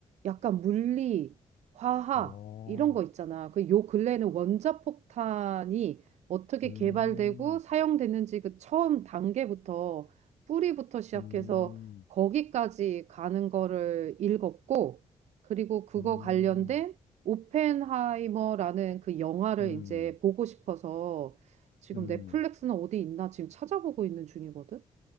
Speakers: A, on the right; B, on the left.
A: 약간 물리, 화학
B: 어,
A: 이런 거 있잖아. 그 요 근래에는 원자폭탄이 어떻게
B: 음,
A: 개발되고 사용됐는지 그 처음 단계부터 뿌리부터 시작해서
B: 음.
A: 거기까지 가는 거를 읽었고 그리고 그거
B: 음,
A: 관련된 오펜하이머라는 그 영화를
B: 음,
A: 이제 보고 싶어서 지금
B: 음,
A: 넷플릭스는 어디 있나 지금 찾아보고 있는 중이거든.